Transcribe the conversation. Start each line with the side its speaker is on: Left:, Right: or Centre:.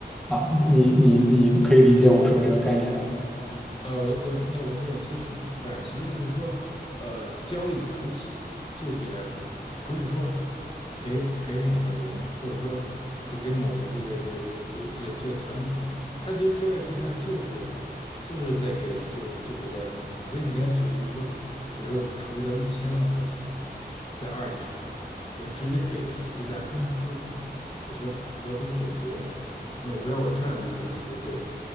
Centre: 啊。你你你你可以理解我说这个概念吗？
Left: 呃，我我那我那我其实很明白，其实就是说，呃，交易的主体就是这家公司，不是说给给某个人，或者说就给某个这个这个这个这个这个这个团体，他其实交易的对象就是就是在给就就给这家公司。所以你刚才举例子说，比如说我们筹集到一千万块钱，在二级市场，我直接给的是这家公司，而而且而不是给别人。那我不知道我这样理解是不是对的？